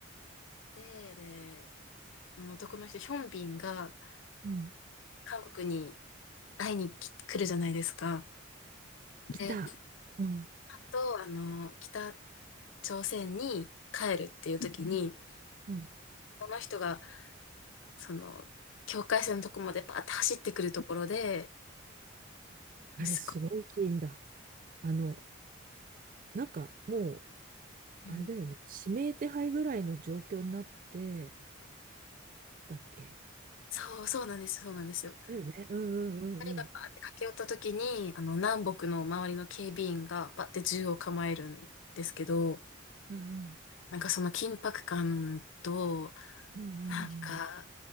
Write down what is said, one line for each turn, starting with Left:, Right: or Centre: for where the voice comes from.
Left: て、で、あの男の人、ヒョンビンが
Right: うん
Left: 韓国に会いに来来るじゃないですか。
Right: 来た。
Left: で、
Right: うん
Left: と、あの、北朝鮮に帰るっていう時に、
Right: うん
Left: この人が、その、境界線のとこまでパーって走ってくるところで、
Right: あれ、
Left: すごい、
Right: すごいシーンだ。あの、なんかも
Left: うん
Right: う、あれだよね。指名手配ぐらいの状況になって、だっけ
Left: そう、そうなんですよ、そうなんですよ。
Right: だよね。うんうんうんうん。
Left: 二人がパーって駆け寄った時に、あの、南北の周りの警備員がパーって銃を構えるんですけど、
Right: うんうん
Left: なんかその緊迫感と、
Right: うん
Left: なんか、